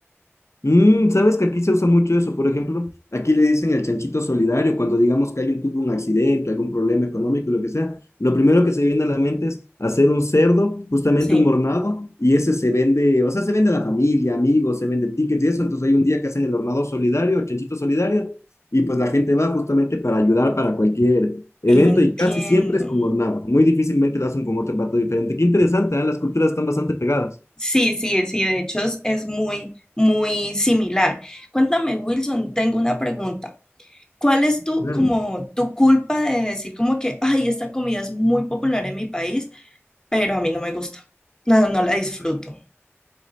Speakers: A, on the left; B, on the left.
A: Mm, sabes que aquí se usa mucho eso. Por ejemplo, aquí le dicen el chanchito solidario. Cuando digamos que alguien tuvo un accidente, algún problema económico, lo que sea, lo primero que se viene a la mente es hacer un cerdo, justamente
B: Sí,
A: un hornado, y ese se vende, o sea, se vende a la familia, amigos, se vende tickets y eso. Entonces hay un día que hacen el hornado solidario, el chanchito solidario, y pues la gente va justamente para ayudar para cualquier evento
B: entiendo.
A: y casi siempre es con hornado. Muy difícilmente lo hacen con otro plato diferente. Qué interesante, ¿eh? Las culturas están bastante pegadas.
B: Sí, sí, sí, de hecho es, es muy, muy similar. Cuéntame, Wilson, tengo una pregunta. ¿Cuál es tu,
A: Claro.
B: como, tu culpa de decir como que, ay, esta comida es muy popular en mi país, pero a mí no me gusta? No, no la disfruto.